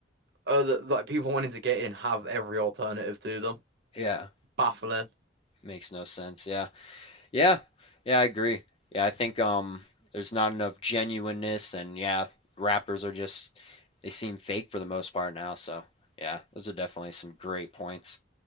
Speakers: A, on the right; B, on the left.
A: other like people wanting to get in have every alternative to them.
B: yeah,
A: Baffling.
B: makes no sense. Yeah. Yeah. Yeah, I agree. Yeah, I think um there's not enough genuineness and yeah, rappers are just they seem fake for the most part now, so yeah, those are definitely some great points.